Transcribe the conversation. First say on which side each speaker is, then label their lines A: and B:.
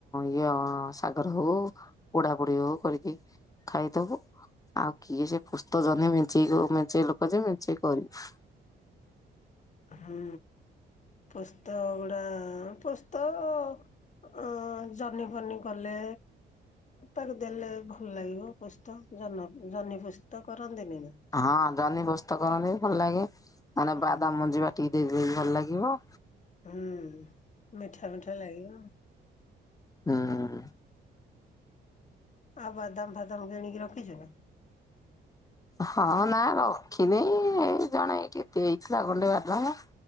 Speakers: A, on the left; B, on the left.
A: ଇଏ ସାଗରେ ହଉ ପୋଡା ପୋଡି ହଉ କରିକି ଖାଇଦବୁ ଆଉ କିଏ ସେ ପୁସ୍ତଜହ୍ନି ମେଞ୍ଚେଇ ମେଞ୍ଚେଇ ଲୋକ ଯେ ମେଞ୍ଚେ କରିବୁ।
B: ହୁଁ ପୋସ୍ତ ଗୁଡା ପୋସ୍ତ ଅ ଜହ୍ନି ଫନି କଲେ ତାକୁ ଦେଲେ ଭଲ ଲାଗିବ ପୋସ୍ତ ଜହ୍ନ ଜହ୍ନି ପୁସ୍ତ କରନ୍ତିନି ନା?
A: ହଁ ଜହ୍ନି ପୋସ୍ତ କରନ୍ତି ଭଲ ଲାଗେ ମାନେ
B: ହୁଁ
A: ବାଦାମ ମଞ୍ଜି ବାଟିକି ଦେଇ ଦେଲେ ବି ଭଲ ଲାଗିବ।
B: ହୁଁ ମିଠା ମିଠା ଲାଗୀବ।
A: ହଁ।
B: ଆଉ ବାଦାମ ଫାଦାମ କିଣିକି ରଖିଛୁ ନା?
A: ହଁ ନା ରଖିନି ଏ ଜଣେ କିଏ ହେଇଥିଲା ଗଣ୍ଡେ ବାଦାମ।